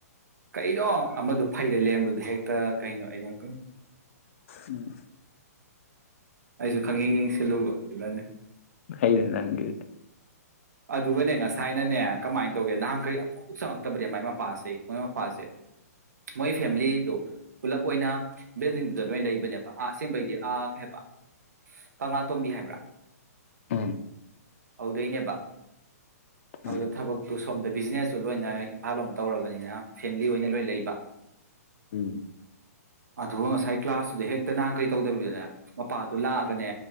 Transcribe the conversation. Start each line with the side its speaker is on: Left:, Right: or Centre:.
Right: ꯀꯩꯅꯣ ꯑꯃꯗꯣ ꯐꯩꯔ ꯂꯩꯔꯝꯕꯗꯨꯗ ꯍꯦꯛꯇ ꯀꯩꯅꯣ ꯑꯩ ꯉꯥꯛꯇꯪ
Left: ꯎꯝ
Right: ꯑꯩꯁꯨ ꯈꯪꯌꯦꯡ ꯌꯦꯡꯁꯤꯟ ꯂꯨꯕ ꯑꯗꯨꯅꯅꯤ
Left: ꯐꯩꯗ ꯅꯪꯒꯔꯗꯤ
Right: ꯑꯗꯨꯒꯅꯦ ꯉꯁꯥꯏꯅꯅꯦ ꯀꯃꯥꯏꯟ ꯇꯧꯒꯦ ꯅꯍꯥꯟ ꯈꯩ ꯑꯝꯕꯥꯎ ꯆꯪꯉꯛꯇꯕꯅꯦ ꯃꯥꯏ ꯃꯄꯥꯁꯦ ꯃꯣꯏ ꯃꯄꯥꯁꯦ ꯃꯣꯏ ꯐꯦꯃꯤꯂꯤꯗꯣ ꯄꯨꯂꯞ ꯑꯣꯏꯅ ꯕꯤꯜꯗꯤꯡꯗꯨꯗ ꯂꯣꯏ ꯂꯩꯕꯅꯦꯕ ꯑꯥ ꯑꯁꯦꯡꯕꯩꯗꯤ ꯑ ꯀꯩ ꯍꯥꯏꯕ ꯀꯪꯂꯥꯇꯣꯝꯕꯤ ꯍꯥꯏꯕ꯭ꯔꯥ
Left: ꯎꯝ
Right: ꯑꯗꯨꯗꯩꯅꯦꯕ
Left: ꯎꯝ
Right: ꯑꯗꯨꯗ ꯊꯕꯛꯇꯨ ꯁꯣꯝꯗ ꯕꯤꯖꯤꯅꯦꯁ ꯇꯨ ꯂꯣꯏꯅ ꯏꯝꯐꯥꯜ ꯂꯣꯝ ꯇꯧꯔꯕꯅꯤꯅ ꯐꯦꯃꯤꯂꯤ ꯑꯣꯏꯅ ꯂꯣꯏ ꯂꯩꯕ
Left: ꯎꯝ
Right: ꯑꯗꯨꯒ ꯉꯁꯥꯏ ꯀ꯭ꯂꯥꯁꯇꯨꯗ ꯍꯦꯛꯇ ꯅꯍꯥꯟ ꯀꯩ ꯇꯧꯗꯕꯤꯗꯅꯦ ꯃꯄꯥꯗꯨ ꯂꯥꯛꯑꯒꯅꯦ